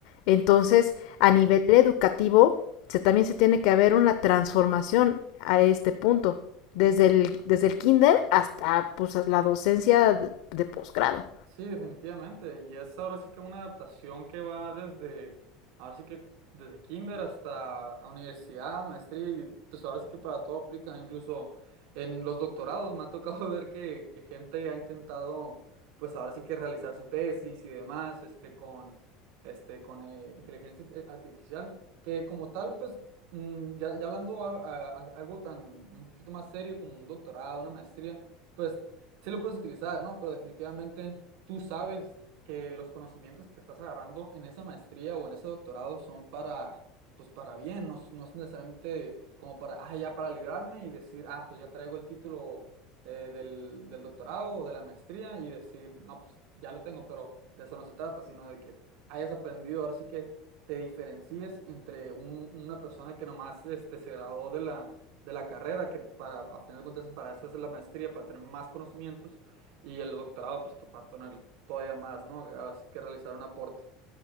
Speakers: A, on the left; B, on the right.
A: Entonces, a nivel educativo, se, también se tiene que haber una transformación a este punto, desde el, desde el kinder hasta pues, la docencia de, de posgrado.
B: Sí, definitivamente. Y es ahora sí que una adaptación que va desde, ahora sí que desde kinder hasta a universidad, maestría, y pues ahora sí que para todo aplica. Incluso en los doctorados me ha tocado <laughs> ver que, que gente ha intentado, pues ahora sí que realizar su tesis y demás, este, con, este, con eh, inteligencia art- artificial, que como tal, pues mm, ya, ya hablando a- a- a- algo tan un poquito más serio como un doctorado, una maestría. Pues Sí lo puedes utilizar, ¿no? Pero definitivamente tú sabes que los conocimientos que estás agarrando en esa maestría o en ese doctorado son para, pues para bien, no, es no es necesariamente como para, ah, ya para librarme y decir, ah, pues ya traigo el título eh, del, del doctorado o de la maestría y decir, no, pues ya lo tengo, pero de eso no se trata, sino de que hayas aprendido, ahora sí que te diferencies entre un- una persona que nomás este, se graduó de la de la carrera, que para, a final de cuentas para eso es la maestría, para tener más conocimientos, y el doctorado, pues para tener todavía más, ¿no? Así que realizar un aporte.